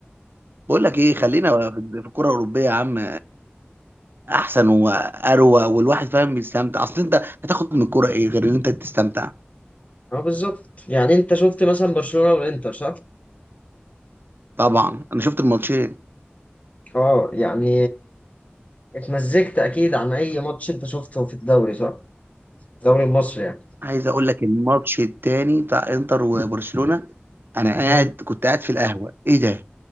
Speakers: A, on the right; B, on the left.
A: بقول لك ايه خلينا في في الكره الاوروبيه يا عم احسن واروى والواحد فاهم بيستمتع اصل انت هتاخد من الكوره ايه غير ان انت تستمتع
B: اه بالظبط يعني انت شفت مثلا برشلونه والانتر صح؟
A: طبعا انا شفت الماتشين
B: اه يعني اتمزجت اكيد عن اي ماتش انت شفته في الدوري صح؟ الدوري المصري يعني
A: عايز اقول لك الماتش التاني بتاع انتر وبرشلونه انا قاعد
B: امم
A: كنت قاعد في القهوه ايه ده